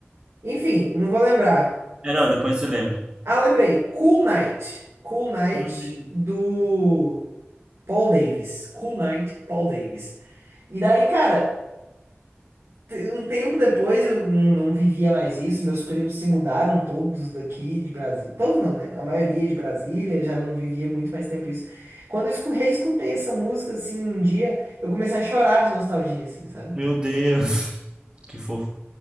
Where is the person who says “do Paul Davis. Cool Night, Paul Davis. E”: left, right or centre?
Right